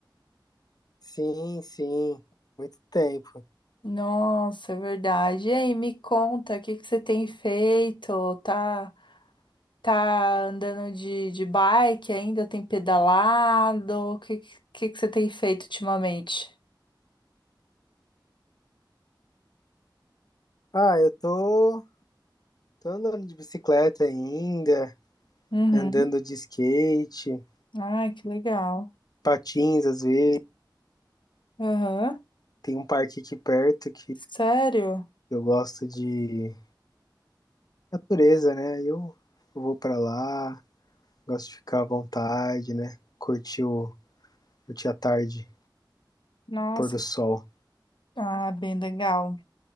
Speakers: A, on the left; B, on the left.
A: Sim, sim, muito tempo.
B: Nossa, é verdade. E aí, me conta, o que que você tem feito? Tá, tá andando de, de bike ainda? Tem pedalado? O que, que que você tem feito ultimamente?
A: Ah, eu tô, tô andando de bicicleta ainda,
B: Uhum.
A: andando de skate,
B: Ai, que legal.
A: patins às vezes.
B: Aham.
A: Tem um parque aqui perto que
B: Sério?
A: eu gosto de natureza, né? Eu, eu vou pra lá, gosto de ficar à vontade, né? Curtir o, curtir a tarde,
B: Nossa.
A: pôr do sol.
B: Ah, bem legal.